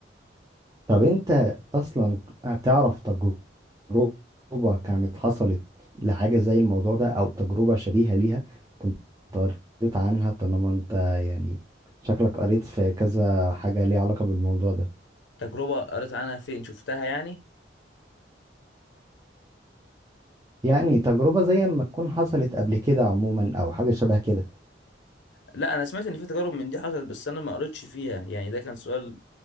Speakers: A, on the right; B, on the left.
A: طب انت اصلا تعرف تجربة كانت حصلت لحاجة زي الموضوع ده او تجربة شبيهة ليها كنت قريت عنها طالما انت يعني شكلك قريت في كذا حاجة ليها علاقة بالموضوع ده
B: تجربة قريت عنها فين شفتها يعني
A: يعني تجربة زي ما تكون حصلت قبل كده عموما او حاجة شبه كده
B: لا أنا سمعت إن في تجارب من دي حصلت بس أنا ما قريتش فيها يعني ده كان سؤال